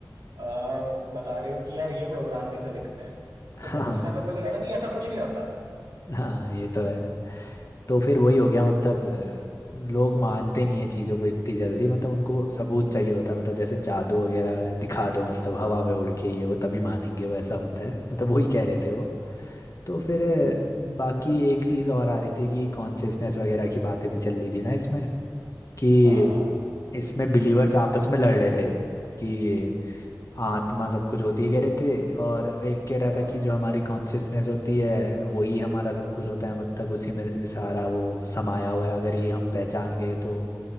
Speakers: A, on the right (about 80°); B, on the left (about 45°).
A: आ, बता रहे हो कि यार ये प्रोग्राम कैसे लिखते हैं
B: हाँ
A: तो बच्चा तो बोलेगा ना नहीं ऐसा कुछ नहीं होता
B: हाँ ये तो है तो फिर वही हो गया मतलब अ, लोग मानते नहीं है चीज़ों को इतनी जल्दी मतलब उनको वो सबूत चाहिए होता है मतलब जैसे जादू वगैरह दिखा दो मतलब हवा में उड़ के ये वो तभी मानेंगे वो ऐसा होता है मतलब वही कह रहे थे वो तो फिर
A: हम्म
B: अ, बाकी एक चीज़ और आ रही थी कि कॉन्शियसनेस वगैरह की बातें भी चल रही थी ना इसमें कि
A: हाँ हाँ
B: इसमें बिलीवर्स आपस में लड़ रहे थे कि आत्मा सब कुछ होती है कह रहे थे और एक कह रहा
A: हाँ।
B: था कि जो हमारी कॉन्शियसनेस होती है वही हमारा सब कुछ होता है मतलब उसी में सारा वो समाया हुआ है अगर ये हम पहचान गए तो